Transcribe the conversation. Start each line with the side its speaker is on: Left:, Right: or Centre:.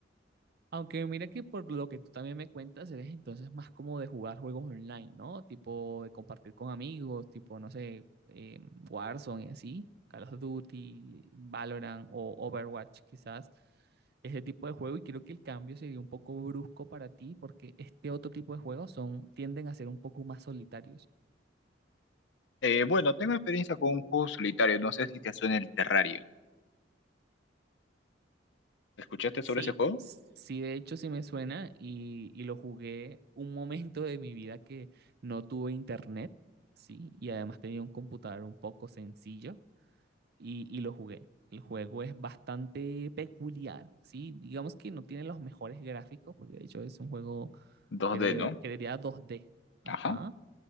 Right: Aunque mira que por lo que tú también me cuentas, eres entonces más como de jugar juegos online, ¿no? Tipo de compartir con amigos, tipo, no sé, eh, Warzone y así, Call of Duty, Valorant o Overwatch quizás, ese tipo de juego. Y creo que el cambio sería un poco brusco para ti porque este otro tipo de juegos son, tienden a ser un poco más solitarios.
Left: Eh, bueno, tengo experiencia con un juego solitario. No sé si te suena el Terraria. ¿Escuchaste
Right: Sí,
Left: sobre ese juego?
Right: sí, de hecho sí me suena y, y lo jugué un momento de mi vida que no tuve internet, sí, y además tenía un computador un poco sencillo y, y lo jugué. El juego es bastante peculiar, sí, digamos que no tiene los mejores gráficos, porque de hecho es un juego,
Left: 2D,
Right: cre-
Left: ¿no?
Right: creería dos d ajá,
Left: Ajá.